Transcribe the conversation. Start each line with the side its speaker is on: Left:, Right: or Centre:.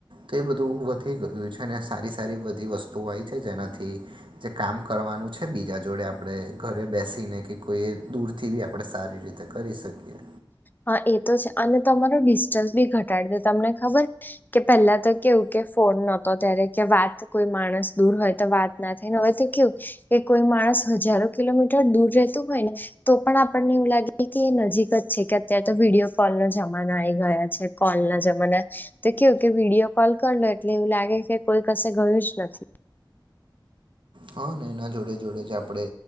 Right: તો એ બધું વધી ગયું છે અને સારી સારી બધી વસ્તુઓ આવી છે જેનાથી જે કામ કરવાનું છે બીજા જોડે આપણે ઘરે બેસીને કે કોઈ એ દૂરથી બી આપણે સારી રીતે કરી શકીએ.
Left: હા એ તો છે અને તમારો ડિસ્ટન્સ બી ઘટાડે તમને ખબર કે પહેલા તો કેવું કે ફોન નહતો ત્યારે કે વાત કોઈ માણસ દૂર હોય તો વાત ના થઈને હોય તો કેવું કે કોઈ માણસ હજારો કિલોમીટર દૂર રહેતું હોય ને તો પણ આપણને એવું લાગે કે એ નજીક જ છે. તં તો વિડીયો કોલનો જમાનો આ આવી ગયા છે. કોલના જમાના તો કેવું કે વિડીયો કોલ કર લો એટલે એવું લાગે કે કોઈ કસે ગયું જ નથી.
Right: હા ને એના જોડે જોડે જે આપણે